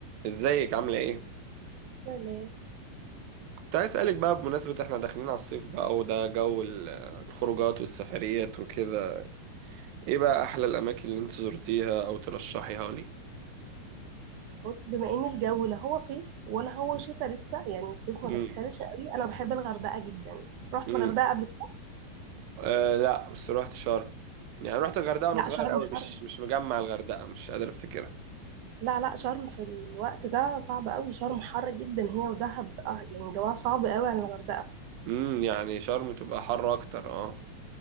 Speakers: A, on the right; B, on the right.
A: ازيك عاملة ايه؟
B: لا لا
A: كنت عايز اسألك بقى بمناسبة احنا داخلين على الصيف بقى وده جو ال- الخروجات والسفريات وكده ايه بقى احلى الاماكن اللي انت زرتيها او ترشحيها لي؟
B: بص بما ان الجو لا هو صيف ولا هو شتاء لسه يعني الصيف ما
A: امم
B: دخلش قوي انا بحب الغردقه جدا رحت
A: امم
B: الغردقه قبل كده
A: آه لا بس روحت شرم يعني روحت الغردقة وانا
B: لا
A: صغير
B: شرم
A: قوي
B: حر
A: مش مش مجمع الغردقة مش قادر افتكرها
B: لا لا شرم في الوقت ده صعب قوي شرم حر جدا هي ودهب اه يعني جواها صعب قوي عن الغردقه
A: امم يعني شرم تبقى حر اكتر اه